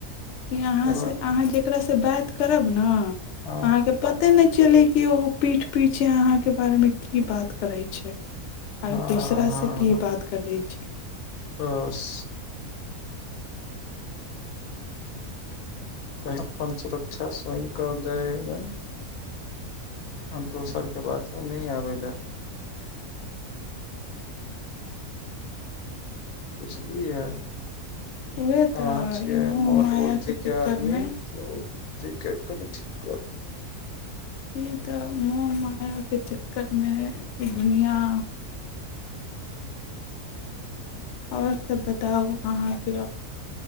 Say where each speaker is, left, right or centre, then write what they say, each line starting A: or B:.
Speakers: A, on the left; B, on the left.
A: ई अहाँ
B: हँ
A: से अहाँ जेकरासे बात करब ने
B: हँ
A: अहाँके पते नहि चले कि ओ पीठ पीछे अहाँ के बारे मे की बात करै छै
B: हँ
A: आ दोसरासँ
B: अहाँ
A: की
B: ह
A: बात करै छै
B: बस तऽ अपन सुरक्षा स्वयं कल जाइ ह ह हम दोसरके बात मे नहि आबैलै बुझलियै
A: उएह तऽ
B: अब आज के
A: ई मोह
B: मोट
A: मायाके
B: बुद्धि के
A: चक्करमे
B: आदमी तऽ उ ठीके कनि ठीक
A: ई तऽ मोह मायाके चक्करमे दुनिआँ आओर सभ बताउ अहाँके